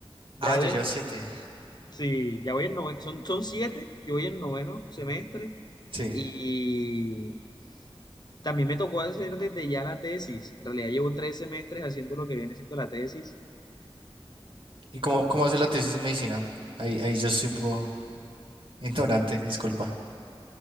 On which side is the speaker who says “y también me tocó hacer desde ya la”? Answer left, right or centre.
Left